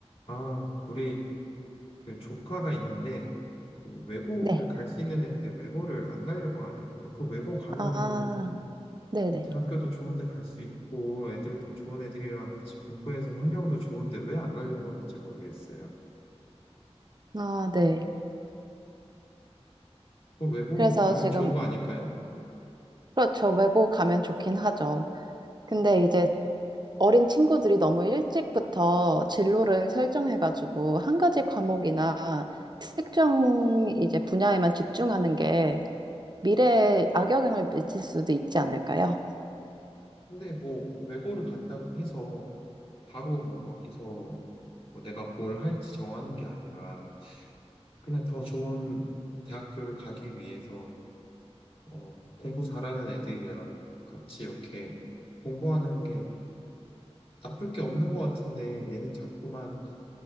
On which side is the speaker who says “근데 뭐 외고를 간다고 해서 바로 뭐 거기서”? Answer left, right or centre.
Left